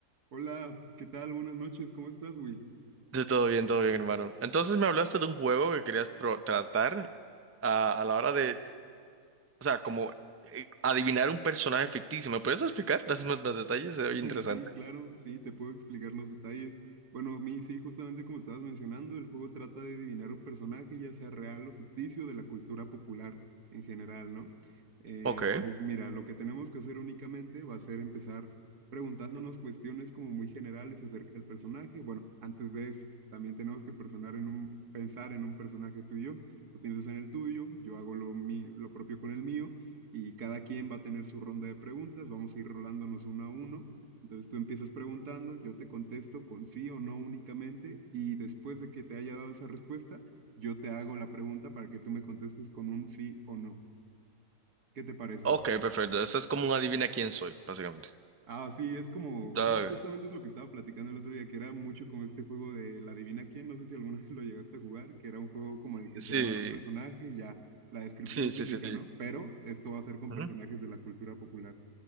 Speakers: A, on the right; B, on the right.
A: Hola, ¿qué tal? Buenas noches, ¿cómo estás, Will?
B: Sí, todo bien, todo bien, hermano. Entonces me hablaste de un juego que querías pro- tratar a, a la hora de, o sea, como eh, adivinar un personaje ficticio. ¿Me puedes explicar? <laughs> Dame más, más detalles, es
A: <laughs>
B: interesante.
A: Sí, claro, sí, te puedo explicar los detalles. Bueno, a mí sí, justamente como estabas mencionando, el juego trata de adivinar un personaje, ya sea real o ficticio, de la cultura popular en general, ¿no? Eh,
B: Ok,
A: pues mira, lo que tenemos que hacer únicamente va a ser empezar preguntándonos cuestiones como muy generales acerca del personaje. Bueno, antes de eso, también tenemos que personar en un, pensar en un personaje tuyo. Tú piensas en el tuyo, yo hago lo, mí- lo propio con el mío. Y cada quien va a tener su ronda de preguntas, vamos a ir rolándonos uno a uno entonces tú empiezas preguntando, yo te contesto con sí o no únicamente y después de que te haya dado esa respuesta, yo te hago la pregunta para que tú me contestes con un sí o no. ¿Qué te parece?
B: ok, perfecto. Eso es como un adivina quién soy, básicamente.
A: Ah, sí, es como,
B: Ah,
A: sí, justamente es lo que estaba platicando el otro día, que era mucho como este juego de la adivina quién, no sé si alguna <laughs> vez lo llegaste a jugar, que era un juego como de que
B: sí,
A: te daban un personaje y ya la descripción
B: sí, sí,
A: física,
B: sí.
A: ¿no? Pero esto va a ser con
B: Ujú.
A: personajes de la cultura popular,